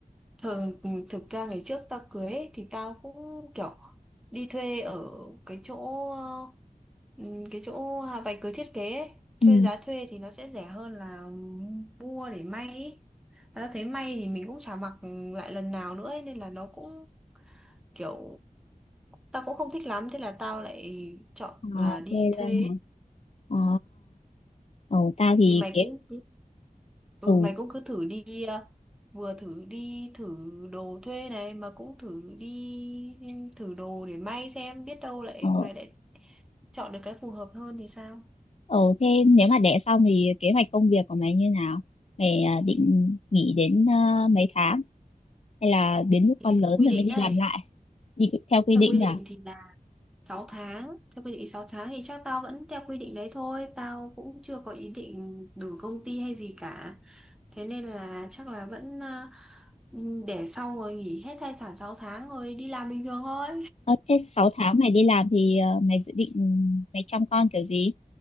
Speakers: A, in the centre; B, on the left.
A: thường thực ra ngày trước tao cưới ấy, thì tao cũng kiểu đi thuê ở cái chỗ ờ, cái chỗ váy cưới thiết kế ấy. Thuê
B: Ừ.
A: giá thuê thì nó sẽ rẻ hơn là mua để may ấy. Mà tao thấy may thì mình cũng chả mặc lại lần nào nữa ấy, nên là nó cũng kiểu tao cũng không thích lắm thế là tao lại chọn
B: Ờ,
A: là đi
B: thế
A: thuê
B: luôn
A: ấy.
B: hả? Ờ,
A: Ừ.
B: ồ, tao thì
A: thì mày
B: kế
A: cũng cứ ừ,
B: ừ
A: mày cũng cứ thử đi ờ, vừa thử đi thử đồ thuê này mà cũng thử đi thử đồ để may xem biết đâu lại
B: Ờ,
A: mày lại chọn được cái phù hợp hơn thì sao
B: ờ thế nếu mà đẻ xong thì kế hoạch công việc của mày như nào? Mày à, định nghỉ đến à, mấy tháng hay là đến lúc
A: thì
B: con
A: theo
B: lớn
A: quy
B: rồi
A: định
B: mới đi
A: đấy
B: làm lại? Đi theo quy
A: theo
B: định
A: quy
B: là
A: định thì là sáu tháng theo quy định 6 tháng thì chắc tao vẫn theo quy định đấy thôi tao cũng chưa có ý định đổi công ty hay gì cả thế nên là chắc là vẫn à, để xong rồi nghỉ hết thai sản 6 tháng rồi đi làm bình thường thôi
B: ờ, thế 6 tháng mày đi làm thì à, mày dự định mày chăm con kiểu gì?